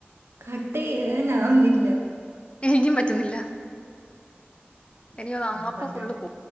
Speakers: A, on the right; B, on the left.
A: കട്ട് ചെയ്യാനാവുന്നില്ല
B: എനിക്കും പറ്റുന്നില്ല എനി ആപ്പ്
A: ആ പന്ത്രണ്ട്
B: ഫുള്ള് പോ